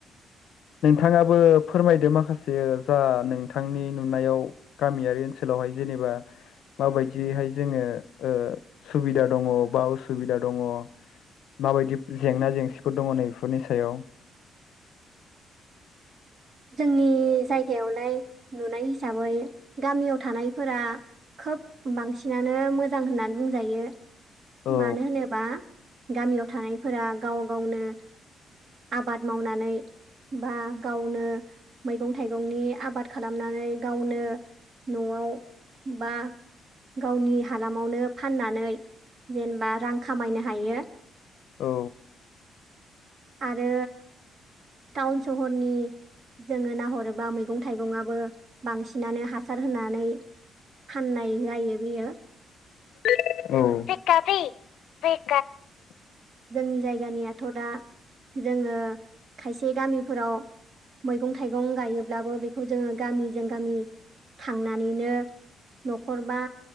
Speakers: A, on the left; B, on the right.
A: नोंथाङाबो फोरमायदो माखासे जा नोंथांनि नुनायाव गामियारि ओनसोलाव हाय जेनेबा माबायदियैहाय जोङो ओ सुबिदा दङ बा उसुबिदा दङ माबायदि जेंना जेंसिफोर दङ नै बेफोरनि सायाव।
B: जोंनि जायगायावलाय नुनाय हिसाबै गामियाव थानायफोरा खोब बांसिनानो मोजां होननानै बुंजायो
A: औ
B: मानो होनोबा गामियाव थानायफोरा गाव गावनो आबाद मावनानै बा गावनो मैगं थाइगंनि आबाद खालामनानै गावनो न'आव बा गावनि हालामावनो फाननानै जेनबा रां खामायनो हायो।
A: औ।
B: आरो टाउन सहरनि जोङो नाहरोबा मैगं थाइगंआबो बांसिनानो हासार होनानै फाननाय जायो बेयो
A: <unintelligible> औ <unintelligible>
B: जोंनि जायगानियाथ' दा जोङो खायसे गामिफोराव मैगं थाइगं गायोब्लाबो बेखौ जोङो गामिजों गामि थांनानैनो न'खर बा